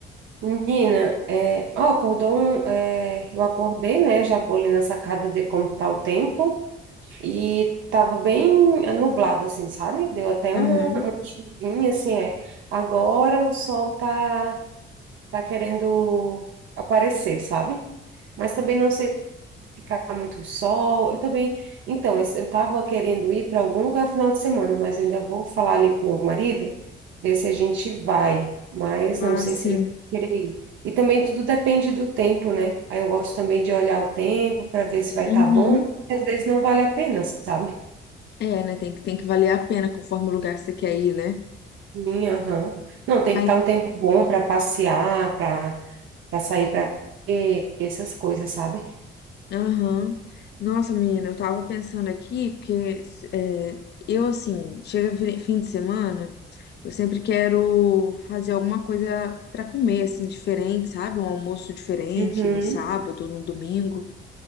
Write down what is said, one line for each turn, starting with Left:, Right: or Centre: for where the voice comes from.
Right: Menina, é, ó, acordou um, é, eu acordei, né? Já vou ali na sacada ver como tá o tempo. E tava bem nublado, assim, sabe? Deu até
Left: Aham.
Right: uma, uma chuvinha, assim, é. Agora o sol tá, tá querendo aparecer, sabe? Mas também não sei ficar muito sol. Eu também. Então, eu estava querendo ir para algum lugar final de semana, mas eu ainda vou falar ali com meu marido, ver se a gente vai. Mas
Left: Ah,
Right: não sei
Left: sim.
Right: se ele vai querer ir. E também tudo depende do tempo, né? Aí eu gosto também de olhar o tempo para ver se vai
Left: Uhum.
Right: estar bom. Às vezes não vale a pena, sabe?
Left: É, né? Tem que, tem que valer a pena conforme o lugar que você quer ir, né?
Right: Sim, aham. Não, tem
Left: Mas,
Right: que estar um tempo bom para passear, para para sair para essas coisas, sabe?
Left: aham. Nossa, menina, eu tava pensando aqui, porque é, eu, assim, chega fi- fim de semana, eu sempre quero fazer alguma coisa pra comer, assim, diferente, sabe? Um almoço diferente
Right: Uhum.
Left: no sábado, no domingo.